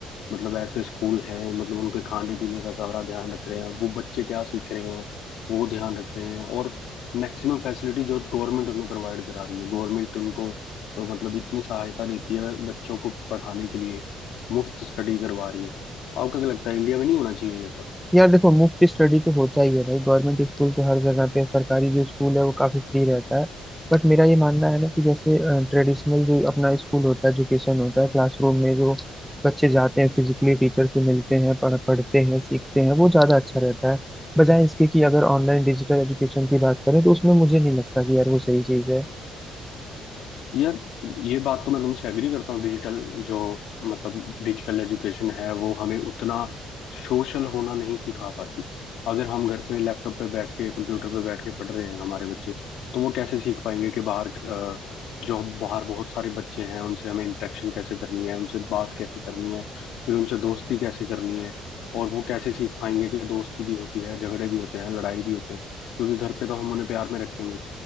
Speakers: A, on the left (about 75°); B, in the centre.
A: मतलब ऐसे स्कूल हैं मतलब उनके खाने पीने का सारा ध्यान रख रहे हैं वो बच्चे क्या सीख रहे हैं वो ध्यान रख रहे हैं और मैक्सिमम फैसिलिटी जो गवर्नमेंट उन्हें प्रोवाइड करा रही है गवर्नमेंट उनको अ, मतलब इतनी सहायता देती है बच्चों को पढ़ाने के लिए मुफ्त स्टडी करवा रही है आपको क्या लगता है इंडिया में नहीं होना चाहिए ये सब
B: यार देखो मुफ्त स्टडी तो होता ही है भाई गवर्नमेंट स्कूल तो हर जगह पे है, सरकारी जो स्कूल है वो काफी फ्री रहता है बट मेरा ये मानना है ना कि जैसे ट्रेडिशनल जो अपना स्कूल होता है एजुकेशन होता है क्लासरूम में जो बच्चे जाते हैं फिजिकली टीचर से मिलते हैं पढ़ पढ़ते हैं सीखते हैं वो ज्यादा अच्छा रहता है बजाय इसके कि अगर ऑनलाइन डिजिटल एजुकेशन की बात करें तो उसमें मुझे नहीं लगता कि यार वो सही चीज है
A: यार ये बात तो मैं तुमसे एग्री करता हूँ डिजिटल जो मतलब डिजिटल एजुकेशन है वो हमें उतना सोशल होना नहीं सिखा पाती अगर हम घर पे लैपटॉप पे बैठ के कंप्यूटर पे बैठ के पढ़ रहे हैं हमारे बच्चे तो वो कैसे सीख पाएंगे कि बाहर अ, जो बाहर बहुत सारे बच्चे हैं उनसे हमें इंटरेक्शन कैसे करनी है उनसे बात कैसे करनी है फिर उनसे दोस्ती कैसे करनी है और वो कैसे सीख पाएंगे कि दोस्ती भी होती है झगड़े भी होते हैं लड़ाई भी होते हैं क्योंकि घर पे तो हम उन्हें प्यार में रखेंगे